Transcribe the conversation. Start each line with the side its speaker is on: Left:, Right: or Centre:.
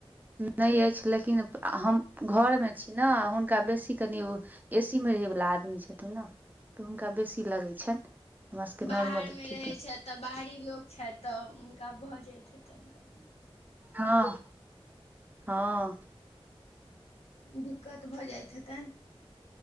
Right: नै अछि लेकिन प हम घरमे छी न हुनका बेसी कनि एसी मे रहैवला आदमी छथिन न तोऽ हुनका बेसी लगै छनि हमरा सबके
Left: बाहर
Right: नॉर्मल अइ
Left: मे
Right: ठीक
Left: रहैत
Right: अइ।
Left: छथि तऽ बाहरी लोक छथि तऽ हुनका भऽ जाइत हेतनि का
Right: हँ हँ
Left: दिक्कत भऽ जाइत हेतनि